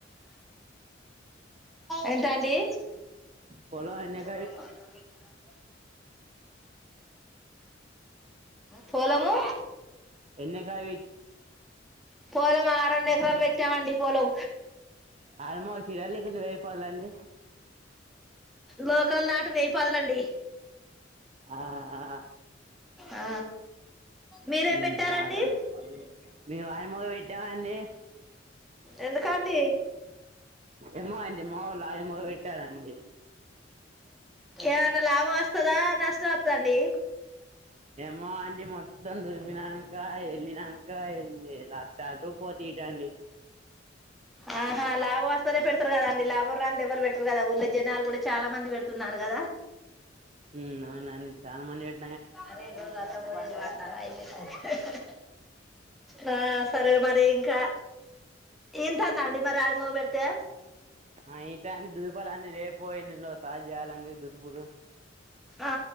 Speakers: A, in the centre; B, on the right (about 35°).
A: ఏంటండీ.
B: పొలం ఎనేక్
A: పొలం ఎన్ ఎక్కరాలు వచ్చిందడి. పొలము
B: ఎన్ ఎక్కరల్
A: పోలమా రొండ్ ఎకరాలు పెట్టామండి. పోలం
B: ఆరు మోషీరా లేకుంటే వేర్ పోలండి.
A: లోకల్ నాటు వేయి పదులండి.
B: ఆఆ
A: ఆ మీరేం
B: ఆ
A: పెట్టారండి
B: హు నాగల్ మేము ఆయమగ పెట్టామండి
A: ఎందుకండి.
B: ఏమో అండి. మావోలు ఆ యమక్ పెట్టారండి.
A: ఎవన్నా లాభం వస్తదా, నష్టం వస్తా అండి.
B: మా ఆంటీ మొత్తం దూలిపినాక ఏ నిదాకా ఏం జేయలు అతాలు పోతిటండి.
A: ఆహా లాబ్ వస్ సనే పెడతారు కదా అండి. లాభం రాని ఎవల్ పెట్టారు కదా, ఊళ్య జనాలు కూడా చాలా మంది పెడుతున్నారు కదా.
B: ఉహు అవునుని చానా మందేడ్
A: అరే రోజ్ అట్ట వోయి అయిదువేల్ అయ్ నా సరే మరి ఇంకా ఇంతుదండి మరి అడ్ మోగపెడితే
B: ఆ ఇంతాంది. దూల్పలని రేపో ఎల్లుండో సెలజేయాలన్ దూల్పూరు.
A: ఆ